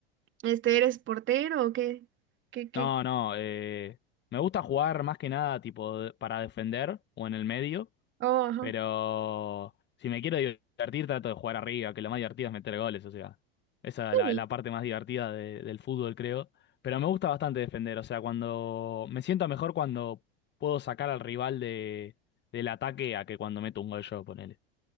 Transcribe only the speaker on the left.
No, no, eh, me gusta jugar más que nada tipo de- para defender o en el medio.
Pero si me quiero divertir, trato de jugar arriba, que lo más divertido es meter goles, o sea, esa es la,
la parte más divertida de- del fútbol, creo. Pero me gusta bastante defender, o sea, cuando me siento mejor cuando puedo sacar al rival de, del ataque a que cuando meto un gol yo, ponele.